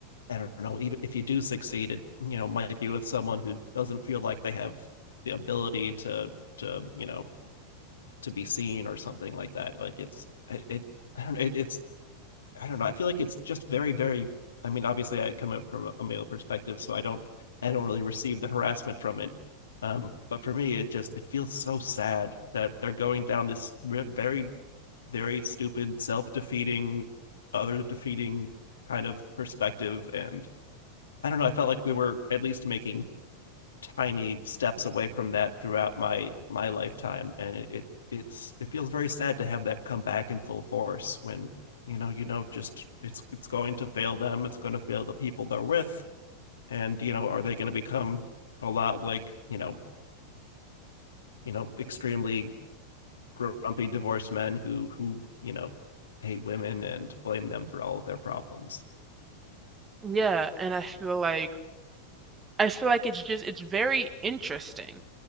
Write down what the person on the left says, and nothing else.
I don't know, even if you do succeed, it you know might be with someone who doesn't feel like they have the ability to to you know to be seen or something like that. Like it's it, it I don't know, it, it's I don't know. I feel like it's just very, very. I mean, obviously, I come up from a- male perspective, so I don't, I don't really receive the harassment from it. Um, but for me, it just it feels so sad that they're going down this very, very stupid, self-defeating, other defeating kind of perspective. And I don't know. I felt like we were at least making tiny steps away from that throughout my my lifetime and it, it it's it feels very sad to have that come back in full force when you know you know just it's it's going to fail them it's going to fail the people they're with and you know are they going to become a lot like you know you know extremely grumpy divorced men who who you know hate women and blame them for all of their problems